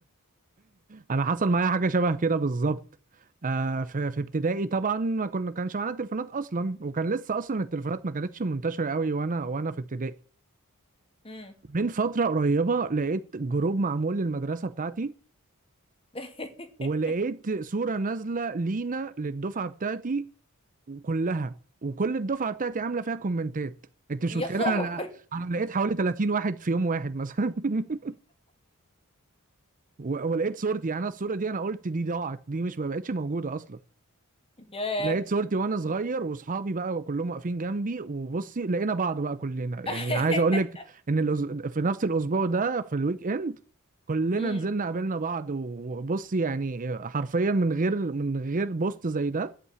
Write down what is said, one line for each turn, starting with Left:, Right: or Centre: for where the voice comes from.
Right: انا حصل معايا حاجة شبه كده بالظبط آه في في ابتدائي طبعا ما كنا كانش معانا تليفونات اصلا وكان لسه اصلا التليفونات ما كانتش منتشرة قوي وانا وانا في ابتدائي
Left: مم.
Right: من فترة قريبة لقيت جروب معمول للمدرسة بتاعتي
Left: <laughs>
Right: ولقيت صورة نازلة لينا للدفعة بتاعتي كلها وكل الدفعة بتاعتي عاملة فيها كومنتات انت مش
Left: يا
Right: متخيل
Left: خبر
Right: انا لق- انا لقيت حوالي 30 واحد في يوم واحد مثلا <laughs> و- ولقيت صورتي يعني انا الصورة دي انا قلت دي ضاعت دي مش ما بقتش موجودة اصلا
Left: <laughs> ياه
Right: لقيت صورتي وانا صغير واصحابي بقى كلهم واقفين جنبي وبصي لقينا بعض بقى كلنا
Left: <laughs>
Right: يعني عايز اقول لك ان الأز... في نفس الاسبوع ده في الويك اند كلنا
Left: مم.
Right: نزلنا قابلنا بعض وبصي يعني حرفيا من غير من غير بوست زي ده